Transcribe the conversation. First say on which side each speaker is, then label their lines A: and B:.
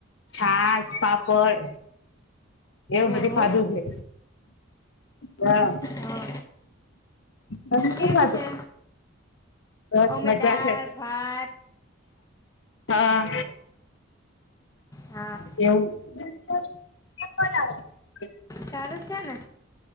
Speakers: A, on the left; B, on the left.
A: છાસ, પાપડ. એવું
B: ઓહો
A: બધું ખાધું હે. હા,
B: હા
A: તમે શું
B: કેમ
A: ખાધું?
B: છે
A: બસ
B: અમે
A: મજા
B: દાળ
A: છે.
B: ભાત
A: હા.
B: હા.
A: એવું!
B: સારું સે ને?